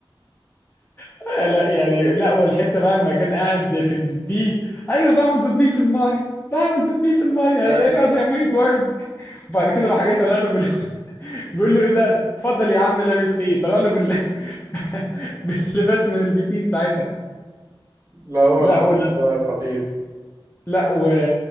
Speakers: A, on the left; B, on the right.
A: <laughs> لا يعني لا والحته بقى لما كان قاعد في البيبي ايوه بعمل بيبي في الميه بعمل بيبي في الميه
B: لا
A: هي ايه ده يا ميت ورد وبعد كده راح جاي طالع له بال... <laughs> بيقول له ايه ده اتفضل يا عم لابس ايه طلع له بال... <laughs> باللباس من البسين ساعتها
B: لا، هو
A: لا
B: الفيلم
A: ولا
B: ده خطير
A: لا و...